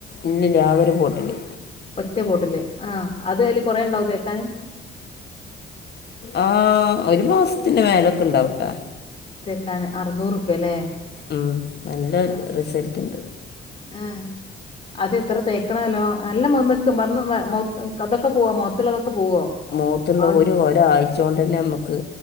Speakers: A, on the left (about 55°); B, on the left (about 35°).
A: ഇല്ല ല്ല ആകൊരു ബോട്ടില്.
B: ഒറ്റ ബോട്ടില് ആ അത് അയ്ല് കൊറേണ്ടാവോ തേക്കാന്?
A: ആ ഒരു മാസ്ത്തിന്റെ മേലൊക്കെ ഇണ്ടാവൂട്ടാ.
B: തേക്കാന് അർന്നൂറുപ്യലെ
A: ഉം, നല്ല
B: ആ
A: റിസൾട്ട് ഉണ്ട്
B: ആ അതെത്ത്ര തേക്ക ക്കണേലോ നല്ല <unintelligible> അതൊക്കെ പോവാ മോത്ത്ള്ളൊക്കെ പോവോ?
A: മോത്ത്ള്ളത്
B: പാടും
A: ഒര് ഒരായ്ചോണ്ടന്നെ നമ്മക്ക്